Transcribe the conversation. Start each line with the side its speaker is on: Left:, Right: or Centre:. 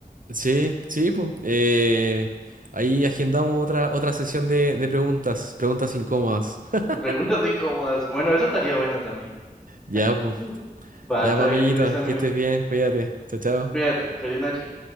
Right: Sí, sí, pues. eh, ahí agendamos otra, otra sesión de, de preguntas, preguntas incómodas.
Centre: <laughs>
Right: <laughs>
Centre: Las Preguntas incómodas. Bueno, eso estaría bueno también.
Right: Ya, pues.
Centre: Mm. Va,
Right: Ya,
Centre: está
Right: pues,
Centre: bien,
Right: amiguito,
Centre: pues, amigo.
Right: que estés bien, cuídate. Chao, chao.
Centre: Cuídate, feliz noche.